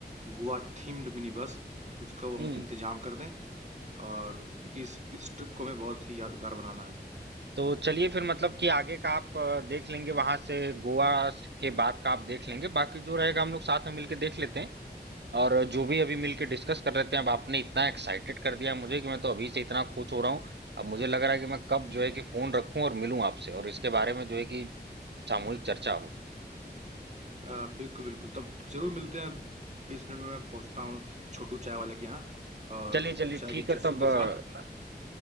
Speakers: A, on the right; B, on the right.
A: गोवा थीम्ड मिनी बस उसका वो
B: हम्म
A: इंतजाम कर दें और क्योंकि इस इस ट्रिप को हमें बहुत ही यादगार बनाना है
B: तो चलिए फिर मतलब कि आगे का आप अ, देख लेंगे वहां से गोवा के बाद का आप देख लेंगे बाकी जो रहेगा हम लोग साथ में मिलके देख लेते हैं और जो भी अभी मिलके डिस्कस कर लेते हैं अब आपने इतना एक्साइटेड कर दिया मुझे कि मैं तो अभी से इतना खुश हो रहा हूँ अब मुझे लग रहा है कि मैं कब जो है कि फोन रखूं और मिलूं आपसे और इसके बारे में जो है कि सामूहिक चर्चा हो
A: अ, बिल्कुल बिल्कुल तब जरूर मिलते हैं बीस मिनट में मैं पहुँचता हूँ छोटू चाय वाले के यहाँ और
B: चलिए चलिए
A: चाय
B: ठीक
A: की
B: है
A: चुस्कियों
B: तब अ,
A: के साथ